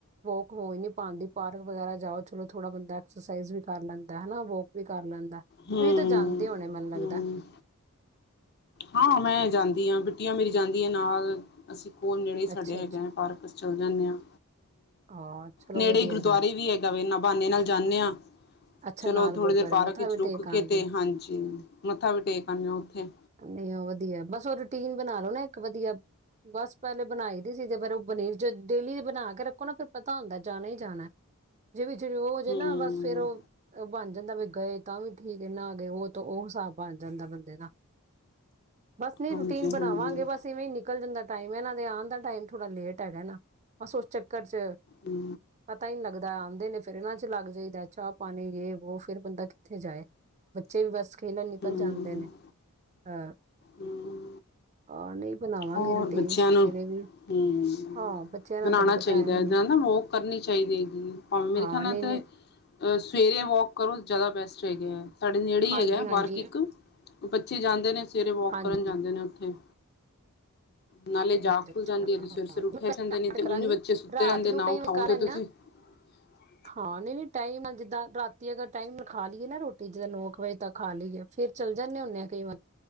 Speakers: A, on the right; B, on the left.
A: ਵੋਕ ਹੋ ਹੀ ਨਹੀਂ ਪਾਉਂਦੀ ਪਾਰਕ ਵਗੈਰਾ ਜਾਓ ਚਲੋ ਥੋੜਾ ਬੰਦਾ ਐਕਸਰਸਾਈਜ਼ ਵੀ ਕਰ ਲੈਂਦਾ ਹੈਨਾ ਵੋਕ ਵੀ ਕਰ ਲੈਂਦਾ। ਤੁਸੀਂ
B: ਹੂੰ
A: ਤਾਂ ਜਾਂਦੇ ਹੋਣੇ ਮਨ ਲੱਗਦਾ।
B: ਹੂੰ ਹਾਂ ਮੈਂ ਜਾਂਦੀ ਹਾਂ ਬਿੱਟੀਆਂ ਮੇਰੀ ਜਾਂਦੀ ਆ ਨਾਲ ਅਸੀਂ ਕੋਨ ਜਿਹੜੇ ਸਾਡੇ
A: ਅੱਛਾ
B: ਹੈਗੇ
A: ਅੱਛਾ
B: ਹੈ ਪਾਰਕ। ਚੱਲ ਜਾਂਦੇ ਹਾਂ,
A: ਹਾਂ ਚਲੋ
B: ਨੇੜੇ
A: ਵਧੀਆ
B: ਹੀ ਗੁਰਦੁਆਰੇ
A: ਗੱਲ ਹੈ।
B: ਵੀ ਹੈਗਾ ਵਨਾ ਬਹਾਨੇ ਨਾਲ ਜਾਂਦੇ ਹਾਂ।
A: ਅੱਛਾ
B: ਚਲੋ
A: ਨਾਲ
B: ਥੋੜੀ
A: ਗੁਰਦੁਆਰੇ
B: ਦੇਰ ਪਾਰਕ
A: ਮੱਥਾ
B: ਵਿਚ
A: ਵੀ
B: ਰੁਕ
A: ਟੇਕ ਆਉਂਦੇ
B: ਕੇ ਤੇ
A: ਆ
B: ਹਾਂਜੀ ਮੱਥਾ ਵੀ ਟੇਕ ਆਉਂਦੇ ਹੋ ਉੱਥੇ।
A: ਵਧੀਆ ਵਧੀਆ ਬਸ ਉਹ ਰੂਟੀਨ ਬਣਾ ਲੋ ਨਾ ਇੱਕ ਵਧੀਆ। ਬਸ ਪਹਿਲੇ ਬਣਾਈ ਦੀ ਸੀ ਤੇ ਫੇਰ ਉਹ ਬ ਡੇਲੀ ਬਣਾ ਕੇ ਰੱਖੋ ਨਾ ਫਿਰ ਪਤਾ ਹੁੰਦਾ ਜਾਣਾ ਹੀ ਜਾਣਾ। ਜੇ ਵਿੱਚ ਦੀ ਉਹ ਹੋ ਜੇ
B: ਹੂੰ
A: ਨਾ ਬਸ ਫਰ ਉਹ, ਉਹ ਬਣ ਜਾਂਦਾ ਵੀ ਗਏ ਤਾਂ ਵੀ ਠੀਕ ਨਾ ਗਏ ਉਹ ਤਾਂ ਉਹ ਹਿਸਾਬ ਬਣ ਜਾਂਦਾ ਬੰਦੇ ਦਾ। ਬਸ ਨੀ ਰੂਟੀਨ
B: ਹਾਂਜੀ
A: ਬਣਾਵਾਗੇ
B: ਹਾਂਜੀ
A: ਬਸ ਤਿਵੇਂ ਨਿਕਲ ਜਾਂਦਾ ਟਾਈਮ ਇਹਨਾ ਦੇ ਆਉਣ ਦਾ ਟਾਈਮ ਥੋੜਾ ਲੇਟ ਹੈਗਾ ਨਾ ਬਸ ਉਸ ਚੱਕਰ ਚ
B: ਹੂੰ।
A: ਪਤਾ ਈ ਨੀ ਲੱਗਦਾ ਆਉਦੇ ਨੇ ਫਿਰ ਇਹਨਾਂ ਚ ਲੱਗ ਜਾਈਦਾ ਚਾਹ ਪਾਣੀ ਯੇ ਵੋ ਫਿਰ ਬੰਦਾ ਕਿੱਥੇ ਜਾਏ। ਬੱਚੇ ਵੀ ਬਸ ਖੇਲਣ ਨਿਕਲ
B: ਹੂੰ
A: ਜਾਂਦੇ ਨੇ, ਅਹ।
B: ਹੂੰ
A: ਆਹ ਨਈ ਬਣਾਵਾਗੇ
B: ਹੋਰ
A: ਰੂਟੀਨ
B: ਬੱਚਿਆਂ
A: ਫੇਰ
B: ਨੂੰ
A: ਏ ਵੀ।
B: ਹੂੰ,
A: ਹਾਂ ਬੱਚਿਆਂ ਨਾਲ
B: ਬਣਾਣਾ
A: ਤੁਹਾਨੂੰ ਪਤਾ
B: ਚਾਈਦਾ
A: ਐਵੇਂ
B: ਇਹ
A: ਨੀ
B: ਦੇ ਨਾ ਉਹ ਕਰਨੀ ਚਾਈਦੀ ਹੈਗੀ ਭਾਵੇਂ ਮੇਰੇ
A: ਹਾਂ
B: ਖਿਆਲ ਨਾਲ
A: ਨਹੀਂ
B: ਤਾਂ
A: ਨਹੀਂ
B: ਅਹ ਸਵੇਰੇ ਵੋਕ ਕਰੋ ਜ਼ਿਆਦਾ ਬੈਸਟ ਹੈਗਾ, ਸਾਡੇ ਨੇੜੇ ਈ
A: ਹਾਂਜੀ
B: ਹੈਗਾ
A: ਹਾਂਜੀ
B: ਪਾਰਕ ਇੱਕ। ਬੱਚੇ ਜਾਂਦੇ ਨੇ ਸਵੇਰੇ ਵੋਕ
A: ਹਾਂਜੀ
B: ਕਰਨ ਜਾਂਦੇ ਨੇ ਉੱਥੇ। ਨਾਲੇ ਜਾਗ
A: ਅੱਛਾ
B: ਖੁੱਲ ਜਾਂਦੀ ਏ ਜ ਸਵੇਰੀ-ਸਵੇਰੀ ਉੱਠਿਆ
A: ਮੈਂ ਸਟਾਰਟ
B: ਜਾਂਦੇ ਨੇ ਤੇ
A: ਕਰਾਂਗੀ
B: ਉਝ ਬੱਚੇ ਸੁੱਤੇ
A: ਰਾਤ
B: ਰਹਿੰਦੇ ਆ
A: ਨੂੰ
B: ਨਾ
A: ਕਈ
B: ਉਠਾਓ
A: ਮੈਂ ਕਰ
B: ਤੇ
A: ਲੈਂਦੇ
B: ਤੁਸੀਂ
A: ਹਾਂ
B: <inaudible>
A: ਹਾਂ ਨਹੀਂ ਨਹੀਂ ਟਾਈਮ ਜਿੱਦਾਂ ਰਾਤੀ ਅਗਰ ਟਾਈਮ ਖਾ ਲਈਏ ਨਾ ਰੋਟੀ ਜਿੱਦਾਂ ਨੌ ਕੁ ਵਜੇ ਤੱਕ ਖਾ ਲਈਏ ਫੇਰ, ਚੱਲ ਜਾਂਦੇ ਹੁੰਦੇ ਆ ਕਈ ਵਾਰ,